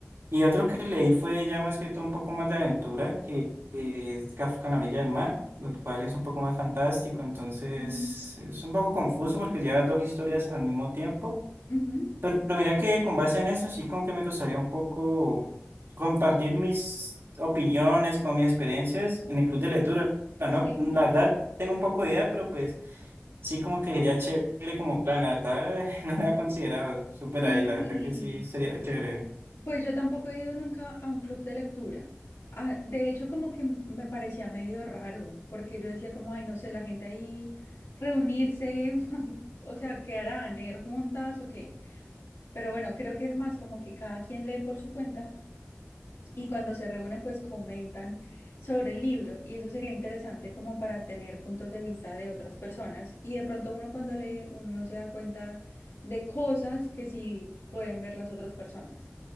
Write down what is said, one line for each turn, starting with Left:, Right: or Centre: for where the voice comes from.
Right: Y otro que leí fue ya más que todo un poco más de aventura, que es Kafka en la orilla del mar, el cual es un poco más fantástico, entonces
Left: Ujú.
Right: es un poco confuso porque lleva dos historias al mismo tiempo.
Left: Ujú.
Right: Pero, pero mira que con base en eso sí como que me gustaría un poco compartir mis opiniones, como mis experiencias en el club de lectura, ¿no?
Left: Sí.
Right: La verdad tengo un poco de idea, pero pues sí como que sería chévere como plan, la verdad <laughs> no lo había considerado, súper
Left: Sí.
Right: ahí, la verdad que sí sería chévere.
Left: Pues yo tampoco he ido nunca a un club de lectura. Ah, de hecho, como que m- me parecía medio raro, porque yo decía como, ay, no sé, la gente ahí reunirse, <laughs> o sea, ¿qué harán? ¿Leer juntas o qué? Pero bueno, creo que es más como que cada quien lee por su cuenta y cuando se reúnen, pues comentan sobre el libro y eso sería interesante como para tener puntos de vista de otras personas y de pronto uno cuando lee, uno no se da cuenta de cosas que sí pueden ver las otras personas.